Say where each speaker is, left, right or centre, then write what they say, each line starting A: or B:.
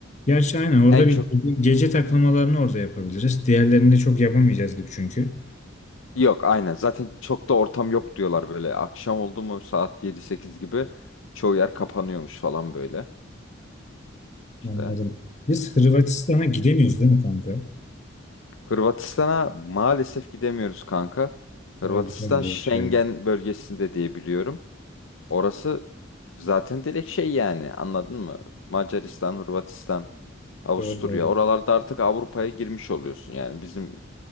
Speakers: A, on the left (about 35°); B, on the left (about 80°).
A: Gerçi aynen orada
B: En çok
A: bir bir gece takılmalarını orada yapabiliriz. Diğerlerini de çok yapamayacağız gibi çünkü.
B: yok aynen. Zaten çok da ortam yok diyorlar böyle. Akşam oldu mu saat yedi sekiz gibi çoğu yer kapanıyormuş falan böyle. İşte
A: Anladım. Biz Hırvatistan'a gidemiyoruz değil mi kanka?
B: Hırvatistan'a maalesef gidemiyoruz kanka. Hırvatistan
A: Orada güzel bir
B: Schengen
A: şey. var.
B: bölgesinde diye biliyorum. Orası zaten direkt şey yani anladın mı? Macaristan, Hırvatistan, Avusturya
A: Doğru doğru.
B: oralarda artık Avrupa'ya girmiş oluyorsun. Yani bizim